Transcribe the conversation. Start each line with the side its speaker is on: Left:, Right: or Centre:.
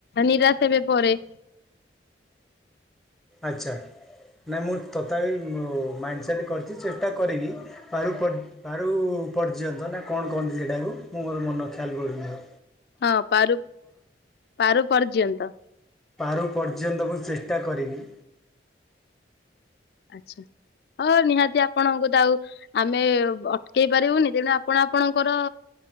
Left: ନିରାଶ ହେବେ ପରେ।
Centre: ଆଚ୍ଛା। ନାଇଁ ମୁଁ ତଥାପି ମାଇଣ୍ଡ୍ ସେଟ୍ କରିଛି ଚେଷ୍ଟା କରିବି। ପାରୁ ପର୍ ପାରୁ ପର୍ଯ୍ୟନ୍ତ ନା କଣ କହନ୍ତି ସେଇଟାକୁ ମୋର ମନ ଖେୟାଲ ପଡ଼ୁନି ମୋର।
Left: ହଁ ପାରୁ, ପାରୁ ପର୍ଯ୍ୟନ୍ତ।
Centre: ପାରୁ ପର୍ଯ୍ୟନ୍ତ ମୁଁ ଚେଷ୍ଟା କରିିବି।
Left: ଆଚ୍ଛା, ହଁ ନିହାତି ଆପଣଙ୍କୁ ତ ଆଉ ଆମେ ଅଟକେଇ ପାରିବୁନି, ତେଣୁ ଆପଣ ଆପଣଙ୍କର